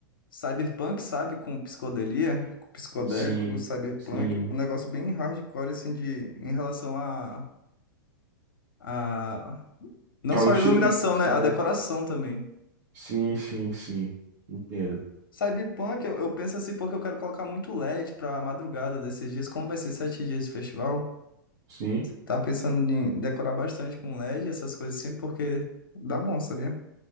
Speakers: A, on the left; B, on the right.
A: cyberpunk, sabe? Com psicodelia, com psicodélico,
B: Sim,
A: cyberpunk,
B: sim.
A: um negócio bem hardcore, assim, de, em relação a a- Não
B: Ah,
A: só
B: o estilo
A: a iluminação,
B: de música,
A: né? A
B: né?
A: decoração também.
B: Sim, sim, sim. Entendo.
A: Cyberpunk, eu, eu penso assim porque eu quero colocar muito LED pra madrugada desses dias. Como vai ser sete dias de festival?
B: Sim.
A: Tava pensando em decorar bastante com LED, essas coisas assim, porque dá bom, sabia?